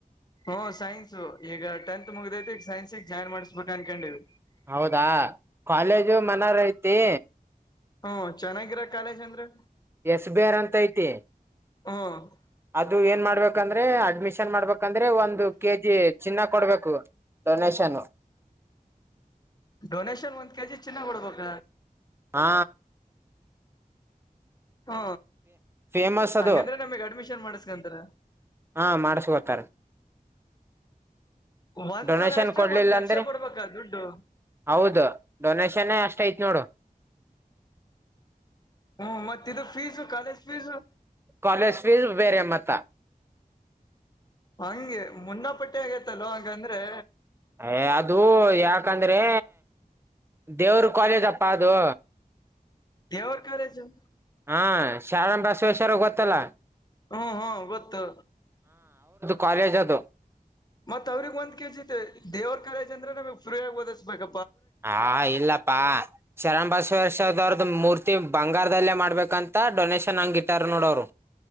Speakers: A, on the left; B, on the right.
A: ಹ್ಮು ಸೈನ್ಸ್ ಈಗ ಟೆಂತ್ ಮುಗ್ದೈತಿ ಈಗ್ ಸೈನ್ಸಿಗ್ ಜಾಯ್ನ್ ಮಾಡ್ಸ್ಬೇಕ್ ಅನ್ಕನ್ಡಿವ್
B: ಹೌದಾ ಕಾಲೇಜು ಮನಾರ್ ಐತಿ
A: ಹು ಚೆನ್ನಾಗಿರೊ ಕಾಲೇಜ್ ಅಂದ್ರೆ
B: ಎಸ್ ಬಿ ಆರ್ ಅಂತ ಐತಿ
A: ಹು
B: ಅದು ಏನ್ ಮಾಡ್ಬೇಕಂದ್ರೆ ಅಡ್ಮಿಷನ್ ಮಾಡ್ಬೇಕಂದ್ರೆ ಒಂದು ಕೆಜಿ ಚಿನ್ನ ಕೊಡ್ಬೇಕು ಡೊನೇಷನ್ನು
A: ಡೊನೇಶನ್ ಒಂದ್ ಕೆಜಿ ಚಿನ್ನ ಕೊಡ್ಬೇಕ?
B: ಹಾ
A: ಹು,
B: ಫೇಮಸ್ ಅದು
A: ಹಂಗಾದ್ರೆ ನಮಿಗ್ ಅಡ್ಮಿಷನ್ ಮಾಡಸ್ಕಂತರ
B: ಹಾ ಮಾಡ್ಸ್ಕೋತಾರ
A: ಒಂದ್
B: ಡೊನೇಷನ್
A: ತೊರೆ ಅಷ್ಟೆ
B: ಕೊಡ್ಲಿಲ್ಲ
A: ಒಂದ್ ಲಕ್ಷ
B: ಅಂದ್ರೆ
A: ಕೊಡ್ಬೇಕಾ ದುಡ್ಡು
B: ಹೌದು ಡೊನೇಷನ್ನೇ ಅಷ್ಟ್ ಐತ್ ನೋಡು
A: ಹ್ಮ ಮತ್ ಇದು fees college fees
B: college fees ಬೇರೆ ಮತ್ತ
A: ಹಂಗೆ ಮುನ್ನ ಪಟ್ಟೆ ಆಗೈತಲ್ಲೊ ಹಾಗಂದ್ರೆ
B: ಎ ಅದು ಯಾಕಂದ್ರೆ ದೇವ್ರು ಕಾಲೇಜಪ್ಪ ಅದು
A: ದೇವ್ರ್ ಕಾಲೇಜು
B: ಹಾ ಶಾರಣ್ ಬಸ್ವೇಶ್ವರ ಗೊತ್ತಲ್ಲಾ
A: ಹು ಹು ಗೊತ್ತು
B: ಕಾಲೇಜದು
A: ಮತ್ ಅವ್ರಿಗ್ ಒಂದ್ ಕೆಜಿದ ದೇವ್ರ ಕಾಲೇಜ್ ಅಂದ್ರೆನೆ ನಮ್ಗ್ ಫ್ರೀಯಾಗ್ ಓದಿಸ್ಬೇಕ್
B: ಹಾ ಇಲ್ಲಪ್ಪಾ, ಶರಣ್ ಬಸ್ವೆಶ್ವರ್ದು ಮೂರ್ತಿವ್ ಬಂಗಾರ್ದಲ್ಲೇ ಮಾಡ್ಬೇಕಂತ ಡೊನೇಶನ್ ಹಂಗ್ ಇಟ್ಟಾರ್ ನೋಡ್ ಅವ್ರು